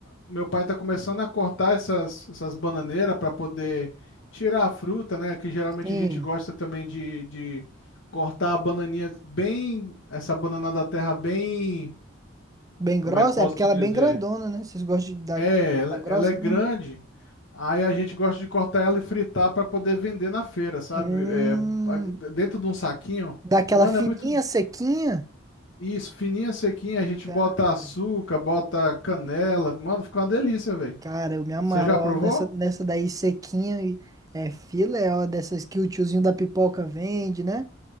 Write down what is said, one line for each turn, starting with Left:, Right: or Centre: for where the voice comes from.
Left: meu pai tá começando a cortar essas, essas bananeiras para poder tirar a fruta, né? Que geralmente
Right: Sim.
Left: a gente gosta também de, de cortar a bananinha bem, essa banana da terra bem,
Right: Bem grossa?
Left: como é que eu posso
Right: É porque
Left: te
Right: ela
Left: dizer?
Right: é bem grandona, né? Vocês gostam de dar,
Left: É, ela,
Right: dar grossa
Left: ela é grande.
Right: mesmo?
Left: Aí a gente gosta de cortar ela e fritar para poder vender na feira, sabe?
Right: Hum.
Left: É, a- dentro de um saquinho.
Right: Daquela
Left: Mano,
Right: fininha,
Left: é muito
Right: sequinha?
Left: isso, fininha, sequinha. A gente
Right: Cara.
Left: bota açúcar, bota canela. Mano, fica uma delícia, velho.
Right: Cara, eu me amarro
Left: Você já
Right: ó,
Left: provou?
Right: nessa, nessa daí sequinha e é filé, ó, dessas que o tiozinho da pipoca vende, né?